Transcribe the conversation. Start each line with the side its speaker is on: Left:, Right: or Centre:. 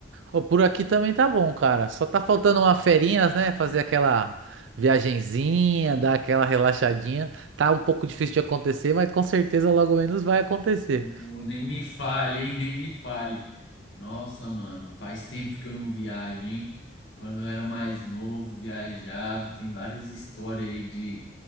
Right: Ô, por aqui também tá bom, cara. Só tá faltando uma ferinhas, né? Fazer aquela viagenzinha, dar aquela relaxadinha. Tá um pouco difícil de acontecer, mas com certeza logo menos vai acontecer.
Left: Ô, nem me fale, hein? Nem me fale. Nossa, mano, faz tempo que eu não viajo, hein? Quando eu era mais novo, viajava. Tem várias histórias aí de,